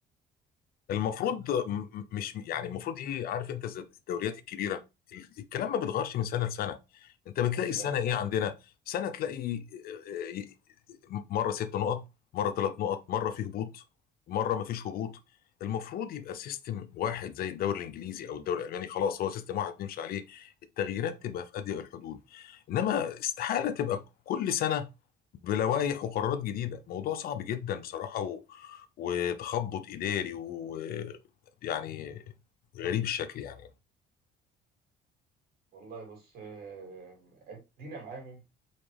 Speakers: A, on the left (about 60°); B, on the right (about 65°).
A: المفروض م- م- مش يعني المفروض ايه عارف انت زي الدوريات الكبيره ال- الكلام ما بيتغيرش من سنه لسنه انت بتلاقي
B: أيوة
A: السنه
B: أنت
A: ايه عندنا سنه تلاقي آه، آه، مره ست نقط مره ثلاث نقط مره في هبوط مره ما فيش هبوط المفروض يبقى سيستم واحد زي الدوري الانجليزي او الدوري الالماني خلاص هو سيستم واحد بنمشي عليه التغييرات
B: مم.
A: تبقى في اضيق الحدود انما استحاله تبقى كل سنه بلوائح وقرارات جديده موضوع صعب جدا بصراحه وتخبط إداري ويعني غريب الشكل يعني
B: والله بص آه، أدينا معاهم